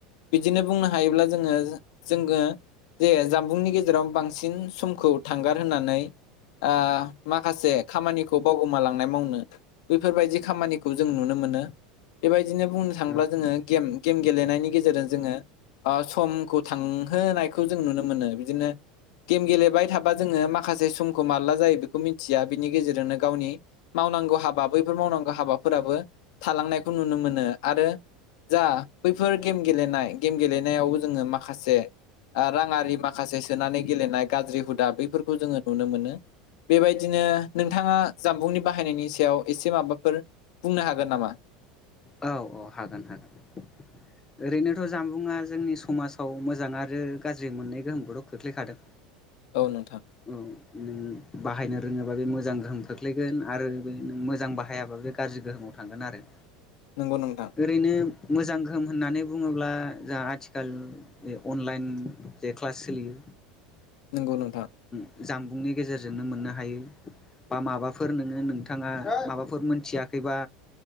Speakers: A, on the left (about 70°); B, on the left (about 15°).
A: बिदिनो बुंनो हायोब्ला जोङो जोङो जे जामबुंनि गेजेराव बांसिन समखौ थांगार होननानै ओ माखासे खामानिखौ बावगोमालांनाय मावनो बेैफोरबायदि खामानिखौ जों नुनो मोनो मोनो बेबायदिनो बुंनो थाङोब्ला
B: औ
A: जोङो गेम गेम गेलेनायनि गेजेरजों जोङो ओ समखौ थांहोनायखौ जों नुनो मोनो बिदिनो गेम गेलेबाय थाबा जोङो माखासे समखौ माब्ला जायो बेखौ मिथिया बिनि गेजेरजोंनो गावनि माव मावनांगौ हाबा बैफोर मावनांगौ हाबाफोराबो थालांनायखौ नुनो मोनो आरो जा बैफोर गेम गेलेनाय गेम गेलेनायावबो जोङो माखासे ओ राङारि माखासे सोनानै गेलेनाय गाज्रि हुदा बैफोरखौ जोङो नुनो मोनो बेबायदिनो नोंथाङा जामबुंनि बाहायनायनि सायाव एसे माबाफोर बुंनो हागोन नामा
B: औ औ हागोन हागोन ओरैनोथ' जामबुंङा जोंनि समाजाव मोजां आरो गाज्रि मोननै गोहोमखौथ' खोख्लैखादों
A: औ नोंथां
B: औ नों बाहायनो रोङोबा बे मोजां गोहोम खोख्लैगोन आरो बे मोजां बाहायाबा बे गाज्रि गोहोमाव थांगोन आरो
A: नंगौ नोंथां
B: ओरैनो मोजां गोहोम होननानै बुङोब्ला जाहा आथिखाल बे अनलाइन जे क्लास सोलियो
A: नंगौ नोंथां
B: जानबुंनि गेजेरजों जोंनो मोननो हायो बा माबाफोर नोङो नोंथाङा माबाफोर मोनथियाखैबा